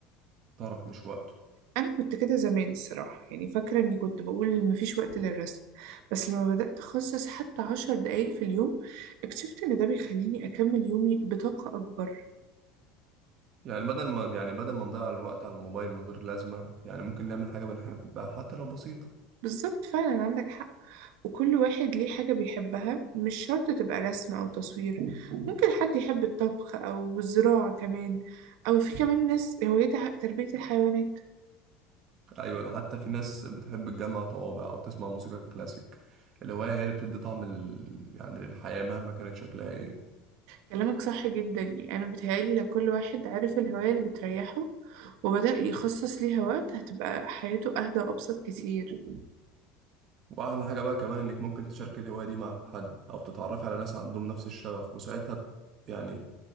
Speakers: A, on the right; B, on the right.
A: طرف مش وقته
B: انا كنت كده زمان الصراحه يعني فاكره اني كنت بقول مفيش وقت للرسم بس لما بدات اخصص حتى عشر دقايق في اليوم اكتشفت ان ده بيخليني اكمل يومي بطاقه اكبر
A: يعني بدل ما يعني بدل ما نضيع الوقت على الموبايل من غير لازمة يعني ممكن نعمل حاجة بنحبها حتى لو بسيطة
B: بالظبط فعلا عندك حق وكل واحد ليه حاجه بيحبها مش شرط تبقى رسم او تصوير ممكن حد يحب الطبخ او الزراعه كمان او في كمان ناس هوايتها تربيه الحيوانات
A: أيوة ده حتى في ناس بتحب تجمع طوابع أو تسمع موسيقى كلاسيك الهواية هي اللي بتدي طعم ال... يعني للحياة مهما كانت شكلها إيه
B: كلامك صح جدا يعني أنا بتهيألي لو كل واحد عرف الهواية اللي بتريحه وبدأ يخصص ليها وقت هتبقى حياته أهدى وأبسط كتير
A: وأحلى حاجة بقى كمان إنك ممكن تشاركي الهواية دي مع حد أو تتعرفي على ناس عندهم نفس الشغف وساعتها ب- يعني